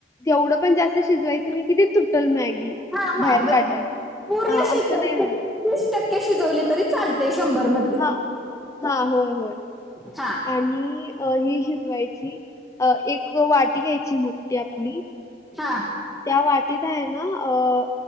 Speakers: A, on the left; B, in the centre.
A: तेवढं पण जास्त शिजवायचं नाही कि ते तुटल मॅगी.
B: हां हां
A: बाहेर
B: मग
A: काढल्यान
B: पूर्ण
A: हा
B: शिजवायची
A: असं नाही व्हाय
B: तीस टक्के शिजवली तरी चालते शंभर मध्ये
A: हा हा होय होय.
B: हा.
A: आणि ही शिजवायची अ एक वाटी घ्यायची मोठी आपली
B: हा.
A: त्या वाटीत आहे ना अ